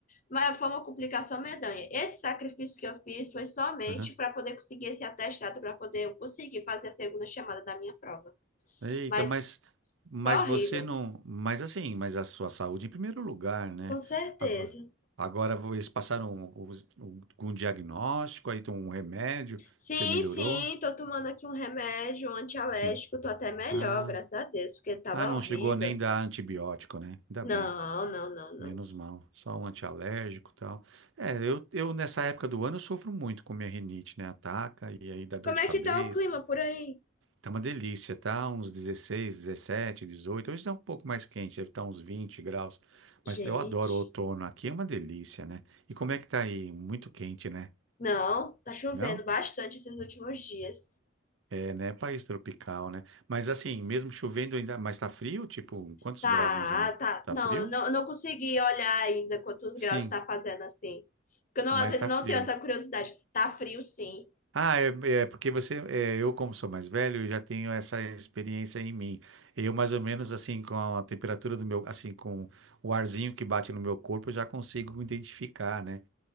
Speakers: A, on the left (about 40°); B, on the right (about 80°).
A: Mas foi uma complicação medonha. Esse sacrifício que eu fiz foi somente
B: Aham.
A: para poder conseguir esse atestado, para poder conseguir fazer a segunda chamada da minha prova.
B: Eita,
A: Mas
B: mas mas
A: foi horrível.
B: você não, mas assim, mas a sua saúde em primeiro lugar, né?
A: Com certeza.
B: Agora, agora vo- eles passaram os- um- algum diagnóstico, aí tem um remédio,
A: Sim,
B: você melhorou?
A: sim, tô tomando aqui um remédio antialérgico,
B: Sim.
A: tô até melhor,
B: Ah,
A: graças a Deus, porque tava
B: ah, não
A: horrível.
B: chegou nem dar antibiótico, né? Ainda
A: Não,
B: bem.
A: não, não, não.
B: Menos mal, só um antialérgico e tal. É, eu, eu nessa época do ano eu sofro muito com minha rinite, né? Ataca e aí dá dor
A: Como
B: de cabeça.
A: é que tá o clima por aí?
B: Tá uma delícia, tá? Uns dezesseis dezessete dezoito Hoje tá um pouco mais quente, deve estar uns 20 graus. Mas
A: Gente,
B: eu adoro o outono, aqui é uma delícia, né? E como é que tá aí? Muito quente, né?
A: não, tá chovendo
B: Não?
A: bastante esses últimos dias.
B: É, né? País tropical, né? Mas assim, mesmo chovendo ainda, mas tá frio? Tipo, quantos
A: Tá,
B: graus mais ou menos?
A: tá.
B: Tá
A: Não,
B: frio?
A: eu não, eu não consegui olhar ainda quantos
B: Sim,
A: graus tá fazendo assim. Porque eu não,
B: mas
A: às vezes
B: tá
A: não
B: frio.
A: tenho essa curiosidade. Tá frio, sim.
B: Ah, é, é porque você, é, eu como sou mais velho, eu já tenho essa experiência em mim. Eu mais ou menos assim com a temperatura do meu, assim com o arzinho que bate no meu corpo, eu já consigo identificar, né?